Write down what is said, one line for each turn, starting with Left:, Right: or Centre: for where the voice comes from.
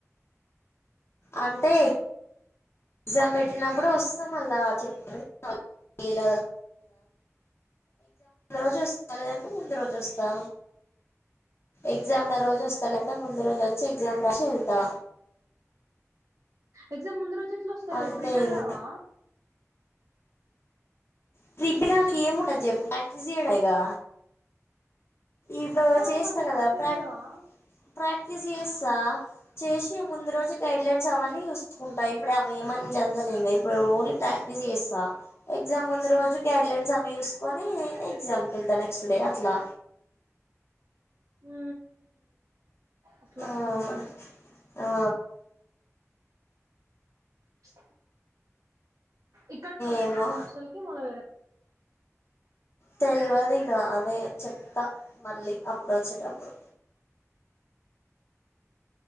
Left: అంటే ఎగ్జామ్ పెట్టినప్పుడు వస్ చెప్తా మళ్ళ చెప్తా <inaudible> ముందు రోజు వస్తా అంటే ముందు రోజు వస్ తా ఎగ్జామ్ ఉన్న రోజు వస్తాలంట ముందు రోజు వచ్ చె ఎగ్జామ్ రాసి వెళ్తా
Right: ఎగ్జామ్ ముందు రోజు ఎట్ల వస్తవే
Left: అంతే
Right: ప్రిపేర్
Left: ఇగ
Right: కావా
Left: త్రిప్పగా అందుకి ఏమిండదు చెప్పు ప్రాక్టీస్ చేయడేగా ఇప్పుడు
Right: ఆ
Left: చేస్తా
Right: మరి
Left: కదా
Right: ప్రాక్టీస్
Left: ప్రాక్
Right: చేయవా
Left: ప్రాక్టీస్ చేస్తా చేసి ముందు రోజు గైడ్లైన్స్ అవన్నీ చూసుకుంటా ఇప్పుడు అవ ఏమని జసని ఇప్పుడు ఓన్లీ ప్రాక్టీస్ చేస్తా ఎగ్జామ్ ముందు రోజు కొంచెం గైడ్లైన్స్ అవి చూసుకొని ఎగ్జామ్కి వెతా నెక్స్ట్ డే అట్లా
Right: ఉ అట్లాంటున్నాము
Left: ఆ ఆ
Right: ప్చ్ ఇక్కడికి వస్తావా
Left: ఏమో
Right: హాస్టల్ క మొళ వేరే
Left: తెలియదు ఇక అదే చెప్తా మళ్ళీ అప్పుడు వచ్చేటప్పుడు